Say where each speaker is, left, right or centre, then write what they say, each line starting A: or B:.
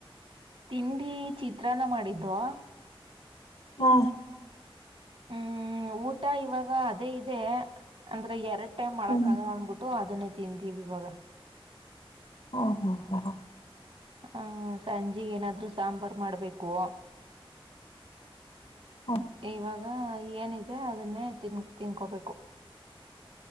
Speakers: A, on the right; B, on the left.
A: ತಿಂಡಿ ಚಿತ್ರಾನ ಮಾಡಿದ್ದು
B: ಹಾ
A: ಹ್ಮ್ ಊಟ ಇವಾಗ ಅದೇ ಇದೆ ಅಂದ್ರೆ ಎರಡ್ ಟೈಮ್ ಮಾಡಕ್
B: ಹ್ಮ್
A: ಆಗ ಅನ್ಬಿಟ್ಟು ೋ ಅದನ್ನೇ ತಿಂತೀವಿವಾಗ
B: ಹಾ ಹಾ ಹಾ ಹಾ
A: ಹ ಸಂಜೆ ಏನಾದ್ರು ಸಾಂಬಾರು ಮಾಡ್ಬೇಕು
B: ಹಾ
A: ಇವಾಗ ಏನಿದೆ ಅದನ್ನೇ ತಿನ್ ತಿನ್ಕೋಬೇಕು